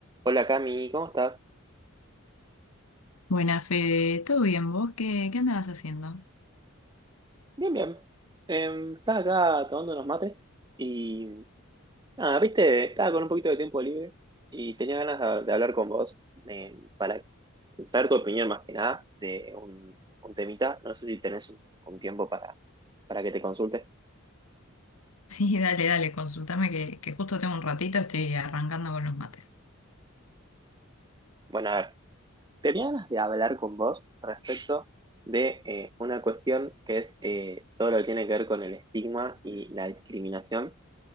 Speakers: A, on the right; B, on the left.
A: Hola Cami, ¿cómo estás?
B: Buena Fede, ¿todo bien vos? ¿Qué, qué andabas haciendo? <laughs>
A: Bien, bien. Em, estaba acá tomando unos mates y... Ah, viste, estaba con un poquito de tiempo libre y tenía ganas de, de hablar con vos em, para saber tu opinión más que nada de un, un temita. No sé si tenés un, un tiempo para, para que te consulte.
B: Sí, dale, dale, consultame que, que justo tengo un ratito, estoy arrancando con los mates.
A: Bueno, a ver, tenía ganas de hablar con vos respecto de eh, una cuestión que es eh, todo lo que tiene que ver con el estigma y la discriminación